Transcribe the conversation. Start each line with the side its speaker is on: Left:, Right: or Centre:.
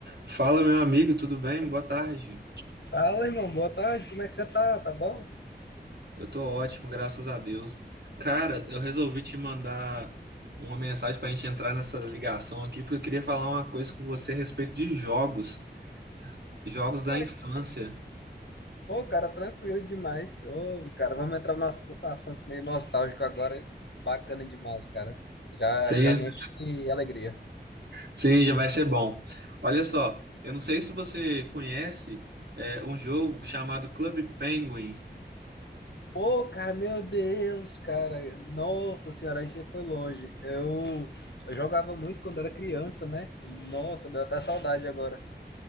Right: Fala, meu amigo, tudo bem? Boa tarde.
Left: Fala, irmão, boa tarde. Como é que você tá? Tá bom?
Right: Eu tô ótimo, graças a Deus. Cara, eu resolvi te mandar uma mensagem pra gente entrar nessa ligação aqui, porque eu queria falar uma coisa com você a respeito de jogos, jogos da
Left: Ué,
Right: infância.
Left: Pô, cara, tranquilo demais. Ô, cara, vamos entrar no nosso assunto meio nostálgico agora. hein? Bacana demais, cara. Já,
Right: Sim,
Left: já me enche de alegria.
Right: sim, já vai ser bom. Olha só, eu não sei se você conhece, é, um jogo chamado Club Penguin.
Left: Pô, cara, meu Deus, cara. Nossa senhora, aí você foi longe. Eu, eu jogava muito quando era criança, né? Nossa, deu até saudade agora.